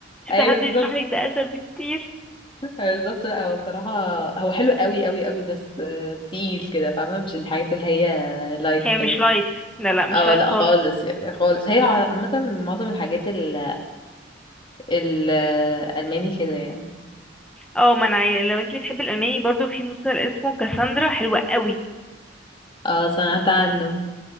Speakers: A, in the centre; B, on the left.
A: شوفي
B: ايوه
A: حد
B: بالظبط
A: يشرح لك ده اسهل بكتير
B: أيوة بالظبط لا هو بصراحه هو حلو قوي قوي قوي بس آه، تقيل كده فاهمه مش الحاجات اللي هي لايت
A: هي
B: كده
A: مش لايت لا لا مش
B: اه
A: لايت
B: لا
A: خالص
B: خالص يعني خالص هي ع- عامه معظم الحاجات ال- الالماني كده يعني
A: اه ما انا عاي- لو انت بتحبي الالماني برضو في مسلسل اسمه كاساندرا حلوة قوي
B: اه سمعت عنه